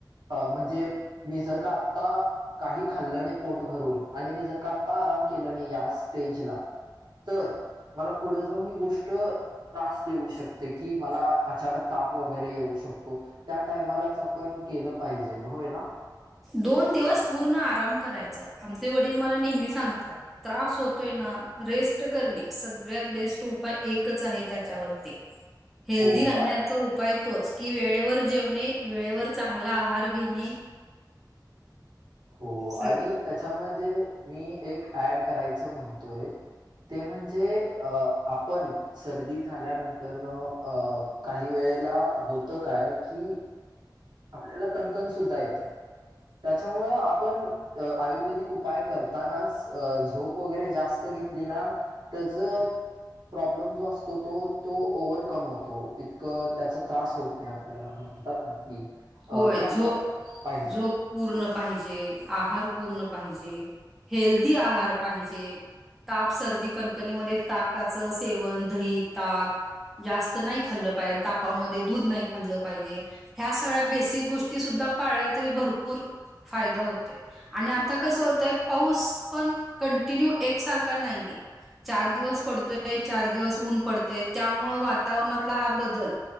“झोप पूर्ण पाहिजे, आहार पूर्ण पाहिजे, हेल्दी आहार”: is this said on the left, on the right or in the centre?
Centre